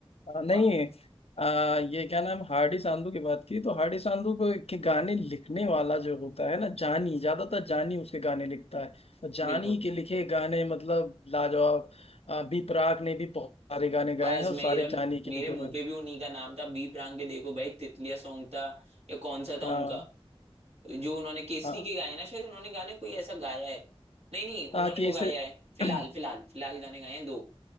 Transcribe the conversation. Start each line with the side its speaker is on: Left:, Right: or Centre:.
Left: हाँ, नहीं
Right: और
Left: आ, ये क्या नाम हार्डी सांधू की बात की तो हार्डी सांधू को- के गाने लिखने वाला जो होता है ना जानी ज्यादातर जानी उसके गाने लिखता है और जानी
Right: बिल्कुल
Left: के लिखे गाने मतलब लाजवाब आ, बी प्राक ने भी बहुत सारे गाने गाए
Right: बस
Left: हैं और
Right: मेरा
Left: सारे जानी के
Right: मेरे
Left: लिखे हुए
Right: मुंह
Left: हैं
Right: पे भी उन्हीं का नाम था बी प्राक के देखो भाई तितलिया सॉन्ग था या कौन सा था
Left: हाँ
Right: उनका जो उन्होंने केसरी
Left: हाँ
Right: के गाए ना शायद उन्होंने गाने कोई ऐसा गाया है नहीं नहीं
Left: हाँ,
Right: उन्होंने
Left: कि
Right: वो
Left: इसे
Right: गाया है फिलहाल
Left: <clears throat>
Right: फिलहाल फिलहाल गाने गाए हैं दो